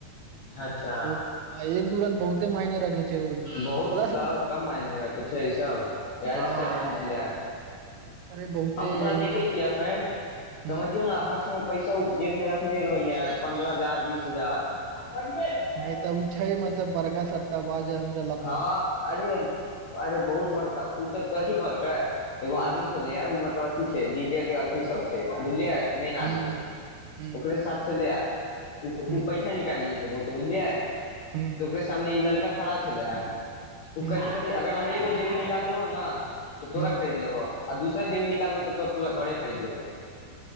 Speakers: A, on the left; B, on the right.
A: अच्छा
B: बहुत एक दू रान बहुते मायने रख छै ओहिमे
A: बहुत
B: आ प्लस
A: तऽ कम मायने रखे छै ई सब इ
B: हँ
A: सब चीज ये
B: अरे बहुते
A: हम ओकरा
B: एहिमे
A: देखै छियै अखन
B: हूँ
A: समझियौ ने हर समय पैसा उ जेब मे रखने रहैय पन्द्रह हजार बीस हजार है
B: नइ तऽ ओ छै मतलब बड़का सबटटा बाज मे
A: हँ अरे अरे बहुत बड़का ओ तऽ कथी कहलकै एगो
B: हुं
A: आदमी छलैयाह ओ मतलब अथ अथी छै डी जे के अथी सब छै बुझलियै मेन
B: हुं
A: आदमी
B: हुं
A: ओकरे साथ छलैया ओ
B: हुं
A: पैसा निकालि देलकै बहुते बुझलियै
B: हुं
A: तऽ ओकरे सामने ई लड़का खड़ा छलैया ओ
B: हुं
A: कहै छलैया अगर हम एगो जेबी निकाल देबौ ने तऽ तोरा
B: हुं
A: खरीद लेबह आ दूसरा जेबी निकालबो तो पूरा घरे खरीद लेबो